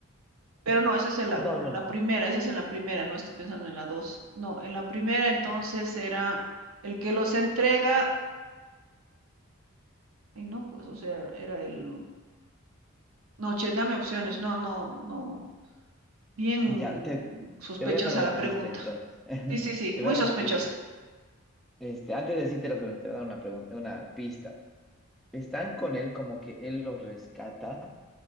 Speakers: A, on the right (about 80°); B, in the centre.
A: pero no, esa es en la
B: No,
A: uno,
B: no.
A: en la primera, esa es en la primera, no estoy pensando en la dos, no, en la primera entonces era el que los entrega, y no, pues, o sea, era el, no, che, dame opciones, no, no, no, bien
B: Ya, te,
A: mm, sospechosa
B: te voy a dar una
A: la pregunta,
B: pista entonces. <laughs>
A: sí, sí, sí,
B: Te
A: muy
B: voy a dar
A: sospechosa.
B: una pista. Este, antes de decirte las opciones, te voy a dar una pregunta, una pista. Están con él como que él los rescata,